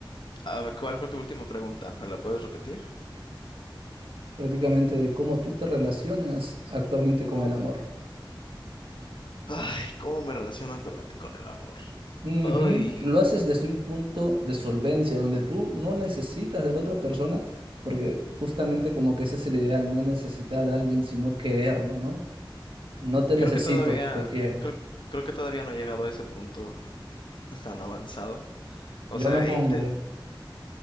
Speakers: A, on the left; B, on the right.
A: a ver, ¿cuál fue tu última pregunta? ¿Me la puedes repetir?
B: prácticamente de cómo tú te relacionas actualmente con el amor.
A: Ay, ¿cómo me relaciono actualmente con el amor?
B: Ujú,
A: Ay.
B: Lo haces desde un punto de solvencia, donde tú no necesitas de la otra persona, porque justamente como que ese es el ideal, no necesitar a alguien, sino quererlo, ¿no? No te
A: Creo
B: necesito,
A: que todavía,
B: te quiero.
A: creo, creo que todavía no he llegado a ese punto tan avanzado. O
B: Yo
A: sea,
B: me pongo,
A: he inten-